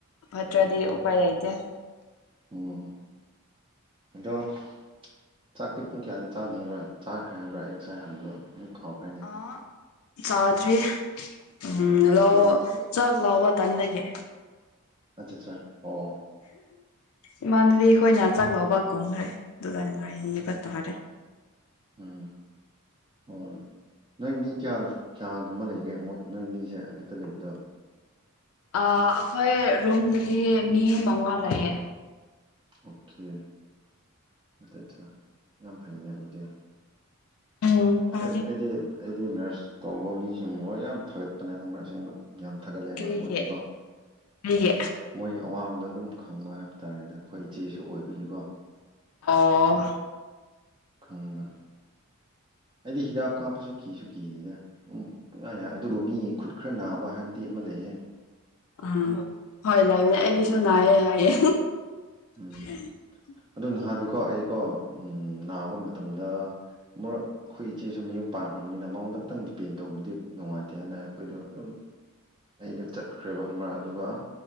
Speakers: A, on the left; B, on the right.
A: ꯐꯠꯇ꯭ꯔꯗꯤ ꯎꯄꯥꯏ ꯂꯩꯇꯦ
B: ꯎꯝ ꯑꯗꯣ ꯆꯥꯛꯇꯤ ꯄꯨꯡ ꯀꯌꯥꯗ ꯆꯥꯅꯤꯕ꯭ꯔꯥ ꯆꯥꯈ꯭ꯔꯦ ꯍꯥꯏꯕ꯭ꯔꯥ ꯑꯩ ꯉꯁꯥꯏ ꯍꯪꯕꯗꯣ ꯃꯤ ꯈꯥꯎꯈ꯭ꯔꯦꯅꯤ
A: ꯑꯥ ꯆꯥꯗ꯭ꯔꯤ ꯎꯝ
B: ꯑꯣ
A: ꯂꯧ
B: ꯀꯩ
A: ꯆꯥꯛ ꯂꯧꯕ ꯇꯟꯕꯒꯤ
B: ꯑꯆꯠ ꯆꯥ ꯑꯣ
A: ꯏꯃꯥꯟꯅꯕꯤ ꯈꯣꯏꯅ ꯆꯥꯛ ꯂꯧꯕ ꯀꯨꯝꯈ꯭ꯔꯦ ꯑꯗꯨꯒ ꯉꯥꯏꯔꯤꯕ ꯇꯥꯔꯦ
B: ꯎꯝ ꯍꯣꯏ ꯅꯣꯏ ꯃꯤ ꯀꯌꯥ ꯀꯌꯥꯒꯨꯝꯕ ꯂꯩꯒꯦ ꯃꯣꯏ ꯅꯣꯏꯃꯤꯁꯦ ꯑꯗꯨꯗ ꯂꯩꯕꯗꯣ
A: ꯑꯥ ꯑꯩꯈꯣꯏ ꯔꯨꯝꯗꯗꯤ ꯃꯤ ꯃꯉꯥ ꯂꯩꯌꯦ
B: ꯑꯣꯀꯦ ꯑꯗꯨꯠꯇ ꯌꯥꯝ ꯐꯩꯅꯦ ꯑꯗꯨꯗꯤ
A: ꯎꯝ ꯇꯥꯗꯦ
B: ꯑꯩꯗꯤ ꯑꯩꯗꯤ ꯅꯔꯁ ꯇꯧꯕ ꯃꯤꯁꯤꯡꯒ ꯌꯥꯝ ꯊꯥꯒꯠꯄꯅꯦ ꯈꯪꯕ꯭ꯔꯥ ꯑꯁꯦꯡꯕ ꯌꯥꯝ ꯊꯥꯒꯠꯂꯦꯕ
A: ꯀꯔꯤꯒꯤ
B: ꯃꯣꯏꯗꯤꯀꯣ
A: ꯀꯔꯤꯒꯤ
B: ꯃꯣꯏꯒꯤ ꯑꯋꯥꯕꯗꯣ ꯑꯗꯨꯝ ꯈꯪꯕ ꯍꯥꯏꯕ ꯇꯥꯔꯦꯗ ꯑꯩꯈꯣꯏ ꯏꯆꯦꯁꯨ ꯑꯣꯏꯕꯤꯒꯤꯀꯣ
A: ꯑꯣ
B: ꯈꯪꯕ ꯑꯩꯗꯤ ꯍꯤꯗꯥꯛ ꯀꯥꯞꯄꯁꯨ ꯀꯤꯁꯨ ꯀꯤꯗꯦꯗ ꯎ ꯄꯪꯌꯥ ꯌꯥꯏ ꯑꯗꯨꯕꯨ ꯃꯤ ꯈꯨꯠ ꯈꯔ ꯅꯥꯕ ꯍꯥꯏꯕꯗꯤ ꯑꯃ ꯂꯩꯌꯦ
A: ꯎꯝ ꯍꯣꯏ ꯂꯩꯕꯅꯦ ꯑꯩꯒꯤꯁꯨ ꯅꯥꯏꯌꯦ ꯍꯥꯏꯌꯦ
B: ꯎꯝ
A: <unintelligible>
B: ꯑꯗꯨ ꯅꯍꯥꯟꯗꯤꯀꯣ ꯑꯩꯀꯣ ꯅꯥꯕ ꯃꯇꯝꯗ ꯃꯨꯔꯛ ꯑꯩꯈꯣꯏ ꯏꯆꯦ ꯁꯨ ꯃꯌꯨꯝ ꯄꯥꯟꯈ꯭ꯔꯕꯅꯤꯅ ꯃꯉꯣꯟꯗ ꯈꯇꯪ ꯗꯤꯄꯦꯟ ꯇꯧꯕꯗꯤ ꯅꯨꯡꯉꯥꯏꯇꯦ ꯍꯥꯏꯅ ꯑꯩꯈꯣꯏꯗꯣ ꯑꯗꯨꯝ ꯑꯩꯗꯣ ꯆꯠꯈ꯭ꯔꯦꯕ ꯈꯪꯕ꯭ꯔꯥ ꯑꯗꯨꯒ